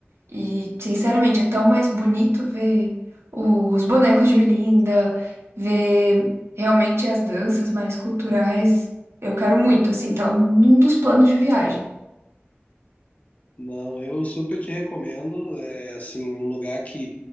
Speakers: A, on the right; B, on the left.
A: E, sinceramente, é tão mais bonito ver os bonecos de Olinda, ver realmente as danças mais culturais. Eu quero muito, assim, tá num dos planos de viagem.
B: Não, eu super te recomendo. É assim, um lugar que